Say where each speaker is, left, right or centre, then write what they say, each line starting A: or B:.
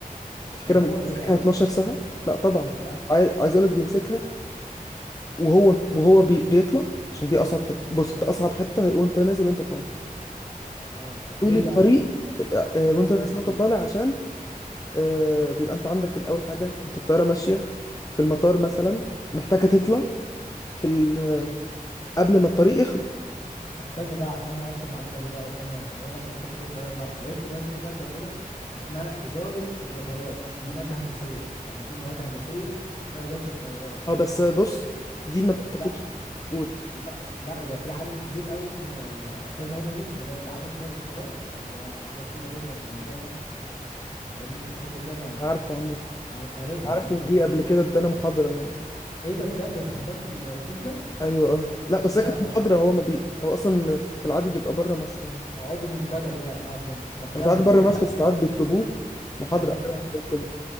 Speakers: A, on the left (about 25°); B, on the left (about 40°).
A: أنت فاكرها
B: طب هو
A: ماسكها
B: بيبقى
A: 12 ساعة لا طبعا
B: لا
A: عاي- عايز اقول لك بيمسكها وهو وهو بي... بيطلع عشان دي اصعب حتة بص انت اصعب حتة هي وانت نازل وانت طالع
B: اه طب
A: طول
B: ليه
A: الطريق
B: بقى
A: آه، آه،
B: ليه
A: وانت
B: ليه
A: نازل وانت طالع عشان آه، بيبقى انت عندك الاول حاجة انت الطيارة ماشية في المطار مثلا محتاجة تطلع في ال... آه، قبل ما الطريق يخلص
B: طب ثانية بقى عشان أنا عرفت المعلومة دي بقى ثانية بما إنك لسه بتقول الطيارة طالعة عرفت بقى إن في مادة كده اسمها إدارة المطارات دي مادة هندسية يعني في مواد هندسية اسمها إدارة الطيارات
A: اه بس آه، بص دي ما بتتاخدش
B: ده- لا
A: قول
B: لا ب- لا ده في عالم كبير قوي اسمه آه، أستاذ هاني نجم ده ده عامل فيها دكتوراه يعني ده حاجة تقيلة جدا في المجال ده ففاهمني في الحتة دي أنا
A: عارفه عامة
B: قر- قريتها
A: عارفه
B: عامة
A: جه
B: فيها
A: قبل كده ادانا محاضرة
B: إيه ده بجد أنت حضرت الأستاذ ده؟
A: ايوه اه لا
B: أنت
A: بس
B: كده
A: هي كانت
B: خلاص
A: محاضرة هو ما بي هو اصلا في العادي بيبقى بره مصر يعني
B: عضو منتدب يعني أه فهمتك طب
A: أنا
B: كمل
A: في العادي بره
B: يعني
A: مصر
B: أنت
A: بس ساعات بيطلبوه محاضرة
B: يعني إحنا
A: قلت له